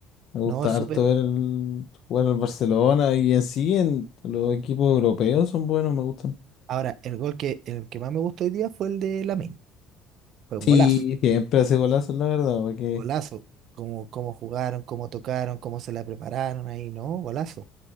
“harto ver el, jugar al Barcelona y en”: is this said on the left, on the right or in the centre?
Left